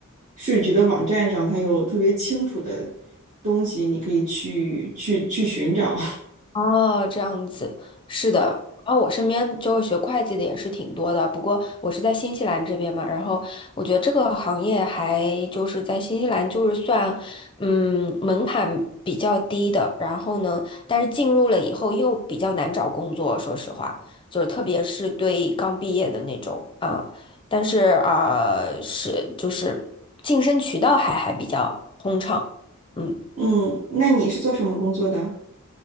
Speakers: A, on the right; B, on the left.
A: 税局的网站上，它有特别清楚的东西，你可以去去去寻找。
B: 哦，这样子，是的。然后我身边就是学会计的也是挺多的，不过我是在新西兰这边嘛，然后我觉得这个行业还就是在新西兰就是算，嗯，门槛比较低的。然后呢，但是进入了以后又比较难找工作，说实话，就是特别是对刚毕业的那种啊，但是啊，呃是就是晋升渠道还还比较通畅。嗯。
A: <laughs> 嗯，那你是做什么工作的？